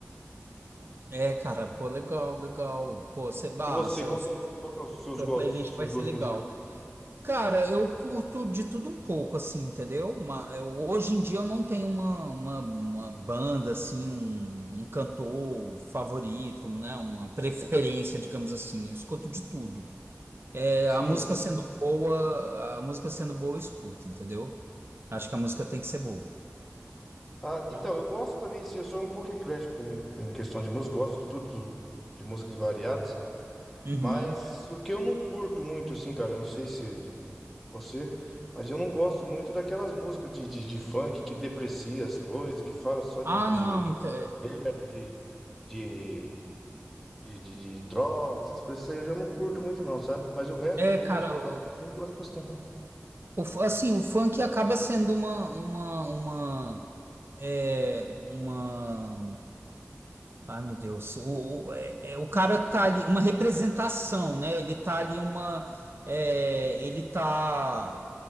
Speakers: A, on the right (about 50°); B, in the centre.
A: É, cara, pô, legal, legal. Pô, você, bah,
B: E você,
A: essa
B: qual que é, os- qual que é os
A: sua
B: seus gostos,
A: playlist vai
B: seus
A: ser
B: gostos
A: legal.
B: musicais?
A: Cara, eu curto de tudo um pouco, assim, entendeu? Uma, eu- hoje em dia eu não tenho uma, uma, uma banda, assim, um, um cantor favorito, né? Uma preferência, digamos assim. Eu escuto de tudo. É,
B: Sim.
A: a música sendo boa, a música sendo boa, eu escuto, entendeu? Acho que a música tem que ser boa.
B: Ah, então,
A: Ah,
B: eu gosto também, sim, eu sou um pouco eclético também em questão de música, gosto de tudo, de músicas variadas.
A: Uhum.
B: Mas o que eu não curto muito, assim, cara, eu não sei se você, mas eu não gosto muito daquelas músicas de, de, de funk que deprecia as coisas, que fala só
A: Ah,
B: de, de,
A: não,
B: de
A: então, é,
B: merda, de, de, de, de, de droga, essas coisas, isso aí eu já não curto muito, não, sabe? Mas o resto
A: é,
B: de música,
A: cara, o,
B: eu gosto bastante.
A: o fu- assim, o funk acaba sendo uma, uma, uma, é, uma Ai, meu Deus. O, o, é, é, o cara tá ali, uma representação, né? Ele tá ali uma. é, ele tá.